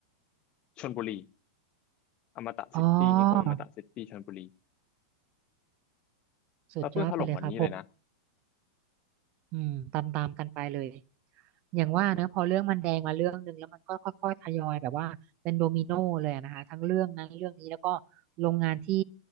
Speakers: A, on the left; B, on the right.
A: ชลบุรีอมตะซิตี้นิคมอมตะซิตี้ชลบุรี
B: อ๋อสุดยอดไปเลยครับผม
A: ก็เพิ่งถล่มวันนี้เลยนะ
B: อืมตามตามกันไปเลยอย่างว่าเนอะพอเรื่องมันแดงมาเรื่องหนึ่งแล้วมันก็ค่อยๆทยอยแบบว่าเป็นโดมิโนเลยอะนะคะทั้งเรื่องนั้นเรื่องนี้แล้วก็
A: โอ้มัน
B: โรงงานที่